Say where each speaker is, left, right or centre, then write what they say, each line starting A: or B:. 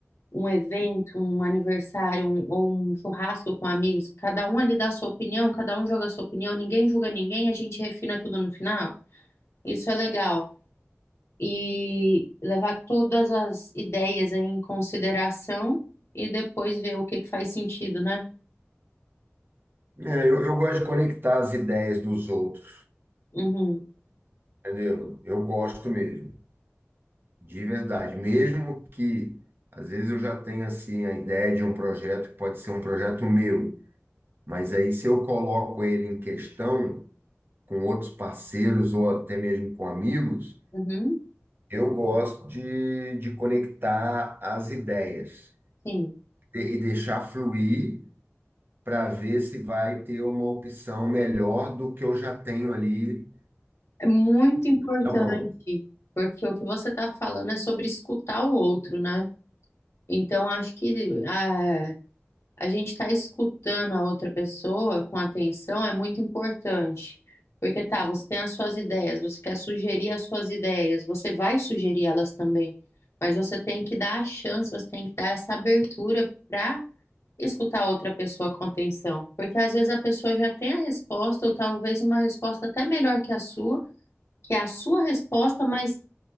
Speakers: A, on the left (about 70°); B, on the right (about 45°).
A: um evento, um aniversário, um- ou um churrasco com amigos, cada um ali dá a sua opinião, cada um joga a sua opinião, ninguém julga ninguém, a gente refina tudo no final. Isso é legal. E levar todas as ideias em consideração e depois ver o que que faz sentido, né?
B: É, eu, eu gosto de conectar as ideias dos outros,
A: Uhum.
B: entendeu? Eu gosto mesmo. De verdade, mesmo que às vezes eu já tenho assim a ideia de um projeto que pode ser um projeto meu, mas aí se eu coloco ele em questão com outros parceiros ou até mesmo com amigos,
A: Uhum.
B: eu gosto de, de conectar as ideias
A: Sim.
B: e e deixar fluir para ver se vai ter uma opção melhor do que eu já tenho ali
A: É muito importante,
B: na mão,
A: porque o que você está falando é sobre escutar o outro, né? Então, acho que ah, A gente estar escutando a outra pessoa com atenção é muito importante. Porque tá, você tem as suas ideias, você quer sugerir as suas ideias, você vai sugerir elas também, mas você tem que dar a chance, você tem que dar essa abertura para escutar a outra pessoa com atenção. Porque às vezes a pessoa já tem a resposta, ou talvez uma resposta até melhor que a sua, que é a sua resposta, mas